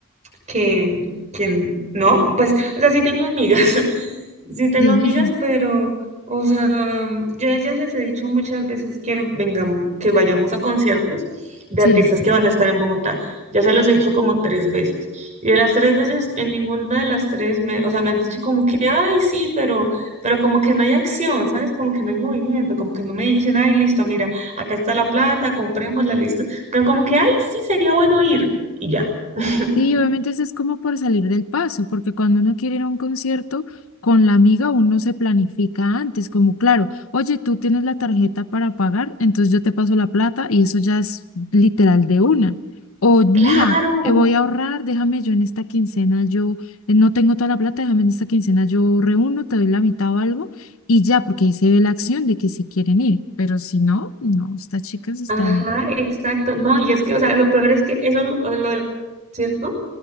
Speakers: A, on the right; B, on the left.
A: que, que no, pues, o sea, sí tengo amigas, <laughs> sí tengo
B: Sí,
A: amigas, pero, o sea, yo a ellas les he dicho muchas veces que vengan, que vayamos a conciertos de
B: <laughs>
A: artistas
B: sí.
A: que van a estar en Bogotá. Ya se los he dicho como tres veces. Y de las tres veces, en ninguna de las tres, me, o sea, me han dicho como que, ay, sí, pero, pero como que no hay acción, ¿sabes? Como que no hay movimiento, como que no me dicen, ay, listo, mira, acá está la plata, comprémosla, listo. Pero como que, ay, sí, sería bueno ir. Y ya. <laughs>
B: Sí, obviamente eso es como por salir del paso, porque cuando uno quiere ir a un concierto con la amiga, uno se planifica antes, como claro, oye, tú tienes la tarjeta para pagar, entonces yo te paso la plata y eso ya es literal de una. O mira,
A: Claro,
B: eh, voy a ahorrar, déjame yo en esta quincena, yo eh, no tengo toda la plata, déjame en esta quincena, yo reúno, te doy la mitad o algo y ya, porque ahí se ve la acción de que si quieren ir, pero si no, no, estas chicas están,
A: ajá, exacto. No, y es que, o sea, lo peor es que eso, lo, lo del concierto,